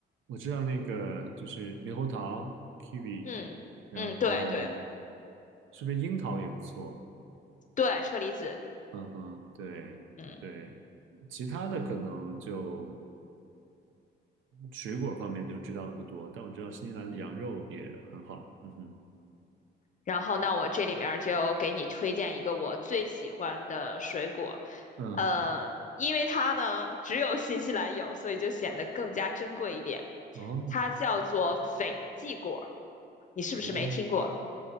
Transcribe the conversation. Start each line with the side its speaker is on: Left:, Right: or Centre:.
Right: 我知道那个就是猕猴桃 kiwi，
Left: 嗯嗯，
Right: 然后
Left: 对对
Right: 是不是樱桃也不错？
Left: 对，车厘子。
Right: 嗯哼，对对，
Left: 嗯。
Right: 其他的可能就水果方面就知道的不多，但我知道新西兰的羊肉也很好。嗯哼，
Left: 然后，那我这里面儿就给你推荐一个我最喜欢的水果，
Right: 嗯，
Left: 呃，因为它呢只有新西兰有，所以就显得更加珍贵一点。
Right: 哦
Left: 它叫做斐济果，你是不是没听过？
Right: 哦，